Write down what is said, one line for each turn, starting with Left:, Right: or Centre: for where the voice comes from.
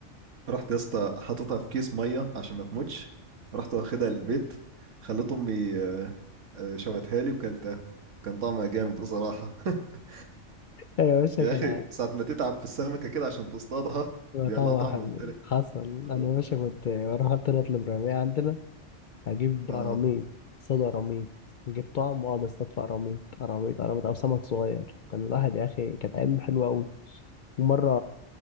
Right: رحت يا اسطى حاططها في كيس ميه عشان ما تموتش رحت واخدها البيت خلت امي آه، آه، شوتها لي وكلتها كان طعمها جامد بصراحه <laughs>
Left: انا يا باشا
Right: يا
Left: كان
Right: اخي ساعه ما تتعب في السمكه كده عشان تصطادها بيبقى
Left: طعمها
Right: لها طعم
Left: حلو
Right: مختلف
Left: حصل
Right: آه.
Left: انا يا باشا كنت بروح طلعت الابراهيميه عندنا اجيب
Right: اه
Left: قراميط صيد قراميط نجيب طعم واقعد اصطاد في قراميط قراميط قراميط او سمك صغير كان الواحد يا اخي كانت ايام حلوه قوي ومره